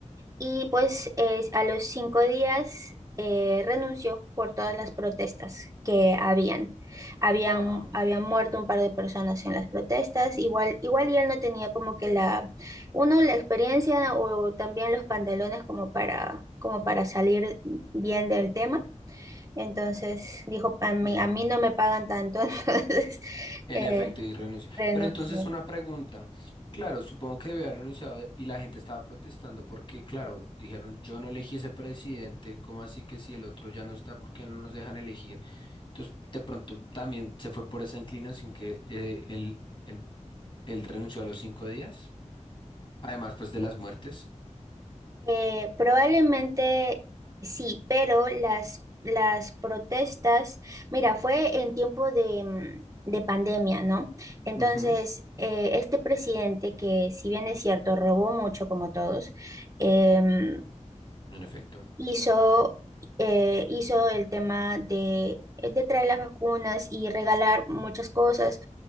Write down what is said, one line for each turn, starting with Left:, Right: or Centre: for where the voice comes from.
Right: y pues es- a los cinco días eh, renunció por todas las protestas que habían. Habían,
Left: wow,
Right: habían muerto un par de personas en las protestas, igual, igual y él no tenía como que la, uno, la experiencia o también los pantalones como para, como para salir bien del tema. Entonces dijo, a mí,
Left: wow.
Right: a mí no me pagan tanto, <laughs> entonces
Left: En
Right: eh,
Left: efecto, y renunció.
Right: renunció.
Left: Pero entonces una pregunta. Claro, supongo que había renunciado y la gente estaba protestando porque, claro, dijeron, yo no elegí ese presidente, ¿cómo así que si el otro ya no está, por qué no nos dejan elegir? Entonces, de pronto también se fue por esa inclinación que eh, él, él- él renunció a los cinco días. Además, pues de las muertes.
Right: Eh, probablemente sí, pero las, las protestas, mira, fue en tiempo de, mm, de pandemia, ¿no? Entonces,
Left: Ujú,
Right: eh, este presidente, que si bien es cierto, robó mucho como todos, em,
Left: En efecto.
Right: hizo, eh, hizo el tema de, de traer las vacunas y regalar muchas cosas,